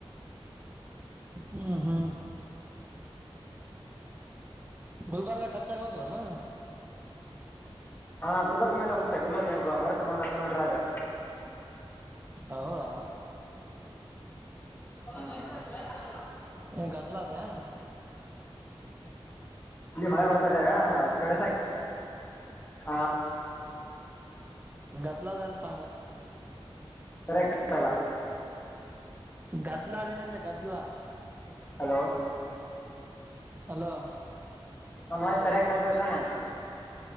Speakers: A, on the right; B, on the left.
A: ಹ್ಮ ಹ್ಮ ಗುಲ್ಬರ್ಗಾ ಟಚ್ ಆಗ ಬತದನಾ
B: ಹಾ ಗುಲ್ಬರ್ಗ ಮೇಲೆ ಹೋಗುತ್ತೆ ಗುಲ್ಬರ್ಗ ಬರುತ್ತೆ ಒಂದ್ ಹತ್ತು ಕಿಲೋಮೀಟರ್ ಆದಗೆ
A: ಹೌದ
B: ಹ್ಮ <unintelligible>
A: ಏನ್ ಕತಲ ಆಯ್ತಾ
B: ಇಲ್ಲಿ ಮಳೆ ಬರ್ತಾದೆ ಸ್ಟೇಟಸ್ ಹಾಕಿ ಹ
A: ಗದಲ ತನಪಂದ
B: ಸರಿ ಕೆಳ್ತಲ್ಲ
A: ಗದ್ಲ ಅದ ಏನಂದ ಗದ್ಲ
B: ಹಲೋ
A: ಅಲೋ
B: ಒನ್ ಸರೆಯಕ್ತತಾನ